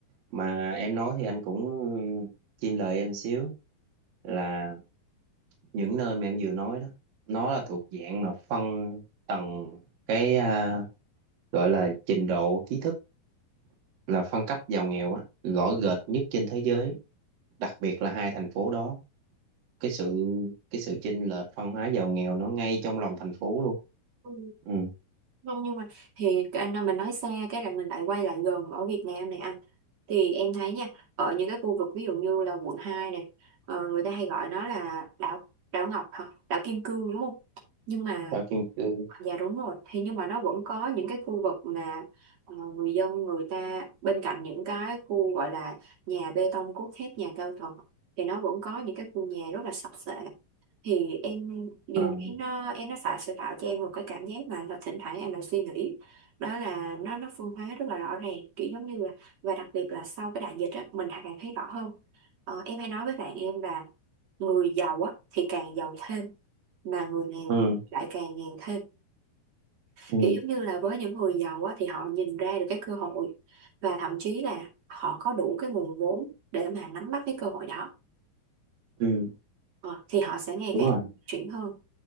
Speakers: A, on the right; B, on the right.
A: mà em nói thì anh cũng chim lời em xíu là những nơi mà em vừa nói đó nó là thuộc dạng mà phân tầng cái ờ, gọi là trình độ trí thức là phân cấp giàu nghèo á rõ rệt nhất trên thế giới đặc biệt là hai thành phố đó cái sự cái sự chênh lệch văn hóa giàu nghèo nó ngay trong lòng thành phố luôn
B: Ừ.
A: ừ
B: không nhưng mà thì cái- nó- mình nói xa cái là mình lại quay lại gần ở Việt Nam này anh thì em thấy nha ở những cái khu vực ví dụ như là quận 2 này ờ, người ta hay gọi nó là đảo đảo Ngọc hả đảo Kim Cương đúng không nhưng mà
A: ở kim cương
B: Dạ đúng rồi. Thì nhưng mà nó vẫn có những cái khu vực mà ờ, người dân người ta bên cạnh những cái khu gọi là nhà bê tông cốt thép nhà cao tầng thì nó vẫn có những cái khu nhà rất là sập xệ. Thì em điều
A: à,
B: khiến nó em nó phải sẽ tạo cho em một cái cảm giác mà là thỉnh thoảng em lại suy nghĩ đó là nó nó phân hóa rất là rõ ràng kiểu giống như là và đặc biệt là sau cái đại dịch á mình càng thấy rõ hơn. Ờ, em hay nói với bạn em là người giàu á thì càng giàu thêm mà người nghèo
A: ừ,
B: lại càng nghèo thêm
A: ừ
B: kiểu giống như là với những người giàu á, thì họ nhìn ra được cái cơ hội và thậm chí là họ có đủ cái nguồn vốn để mà nắm bắt cái cơ hội đó
A: ừ
B: Ờ, thì họ sẽ ngày
A: đúng
B: càng
A: rồi
B: chuyển hơn